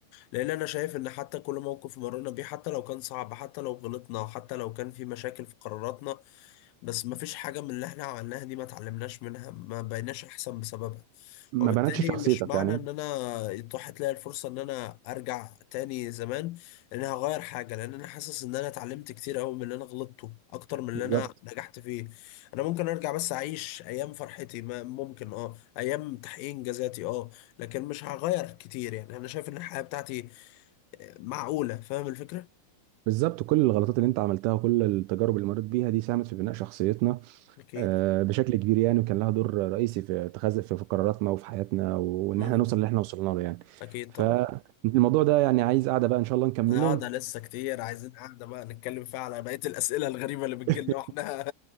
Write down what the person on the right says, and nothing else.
ما
بنتش شخصيتك
يعني
بالظبط
بالظبط كل الغلطات اللي انت عملتها وكل التجارب اللي مريت بيها دي ساهمت في بناء شخصيتنا
آه، بشكل كبير يعني وكان لها دور رئيسي في اتخاذ في في قراراتنا وفي حياتنا وان
احنا نوصل اللي احنا وصلنا له يعني
فالموضوع
ده يعني عايز قاعده بقى ان شاء الله نكمله
<laughs>